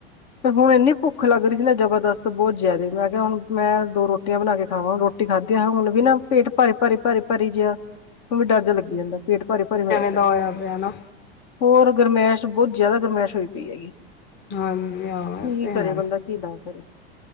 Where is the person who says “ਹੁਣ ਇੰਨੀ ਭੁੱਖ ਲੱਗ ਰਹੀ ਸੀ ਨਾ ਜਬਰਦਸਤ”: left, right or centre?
Left